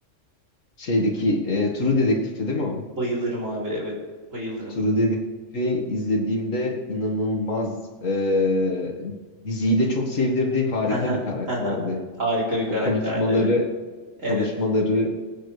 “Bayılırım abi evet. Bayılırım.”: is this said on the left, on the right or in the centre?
Right